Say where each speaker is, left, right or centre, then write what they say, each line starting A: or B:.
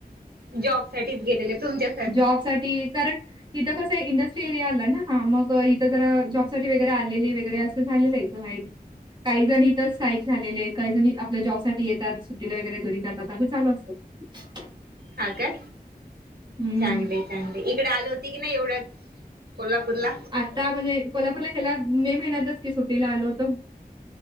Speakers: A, on the right; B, on the right.
A: जॉब साठीच गेलेले तुमच्या
B: जॉब साठी कारण तिथं कसं इंडस्ट्री एरिया आला ना मग इथं जरा जॉबसाठी वगैरे आलेली वगैरे असे झालेलं आहे. काही जण इथच स्टाईक झालेले काही जणी आपल्या जॉब साठी येतात सुट्टीला वगैरे घरी जातात अस चालू असतो. <unintelligible>
A: हा का
B: हं.
A: चांगलं चांगलं इकडे आल होत की नाही एवढ्यात कोल्हापूरला?
B: आता म्हणजे कोल्हापूरला ह्याला मे महिन्यातच की सुट्टीला आलो होतो.